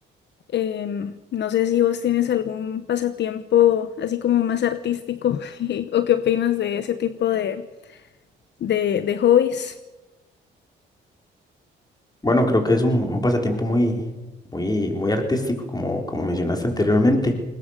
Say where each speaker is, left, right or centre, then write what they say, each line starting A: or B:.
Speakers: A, on the left; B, on the left.
A: Em, no sé si vos tienes algún pasatiempo así como más artístico <laughs> o qué opinas de ese tipo de, de, de hobbies.
B: Bueno, creo que es un, un pasatiempo muy, muy, muy artístico, como, como mencionaste anteriormente.